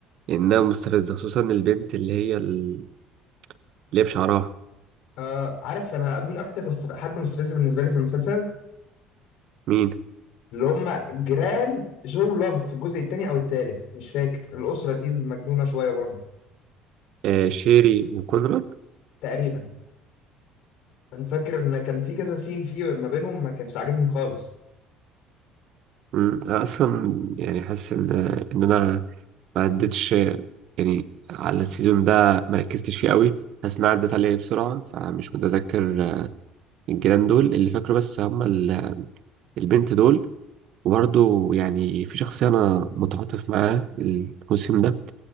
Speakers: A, on the right; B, on the left.
A: انها مستفزة خصوصا البنت اللي هي ال- اللي هي بشعرها
B: آه عارف انا مين اكتر مست- حد مستفز بالنسبه لي في المسلسل
A: مين
B: اللي هم جيران جو لاف في الجزء الثاني او الثالث مش فاكر الاسره دي المجنونه شويه برضه
A: آه شيري وكونراد
B: تقريبا انا فاكر ان كان في كذا سين فيه ما بينهم ما كانش عاجبني خالص
A: مم. أنا أصلا يعني حاسس إن إن أنا ما عدتش يعني على السيزون ده ما ركزتش فيه قوي حاسس إن أنا عدت عليه بسرعة فمش متذكر آه، الجيران دول اللي فاكره بس هم ال- البنت دول وبرضه يعني في شخصية أنا متعاطف معاها الموسم ده